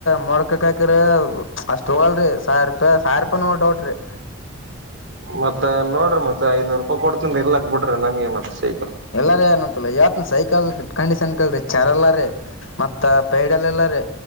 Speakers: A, on the left; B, on the right.
A: ಮೋಡ್ಕಕ್ ಹಾಕ್ಕಿದ್ರಿ ಅಷ್ಟ್ ತಗೋಳಲ್ರಿ ಸಾವಿರ ರೂಪಾಯಿ ಯಾರ್ಪ ನೋ ಡೌಟ್ ರೀ
B: ಮತ್ತೆ ನೋಡ್ರಿ ಮತ್ತೆ ಐದನೂರು ರೂಪಾಯಿ ಕೊಡ್ತನ್ ಇರ್ಲಾಕ್ ಬಿಡ್ರಿ ನಮ್ಗೆ ಮತ್ತ ಸೈ
A: ಎಲ್ಲಾರ ಅಏನಂತಲ್ಲ ಯವತ್ನ ಸೈಕಲ್ ಕಂಡೀಷನ್ ಕಲ್ರಿ ಚಾರ್ ಎಲ್ಲಾರ ಮತ್ತ ಪೈಡಲ್ ಇಲ್ಲ್ ರಿ.